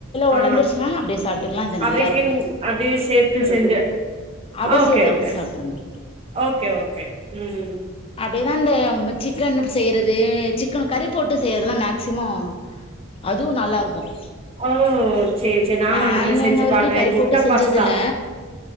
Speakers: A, on the left; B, on the right.
A: ஒடஞ்சிருச்சுனாலு
B: ஆ
A: அப்டியே சாப்ட்டுக்கலா இது
B: அப்படி
A: நல்லாருக்கு
B: <unintelligible> அப்டியே சேர்த்து செஞ்ச
A: அப்டியே
B: ஓகே
A: சேத்து எடுத்து
B: ஓகே
A: சாப்ட்றணு
B: ஓகே ஓகே ம்
A: அப்டியேதா இந்த சிக்கன் செய்கிறது சிக்கன் கறி போட்டு செய்கிறதுலாம் மேக்சிமம் அதுவும் நல்லாயிருக்கும்
B: ஓ சேரி சேரி நானும்
A: நாங்க
B: அந்த மாதிரி செஞ்சு
A: இன்ன வரைக்கு
B: பாக்குறேன்
A: கறி போட்டு செஞ்சதுல
B: பாஸ்தா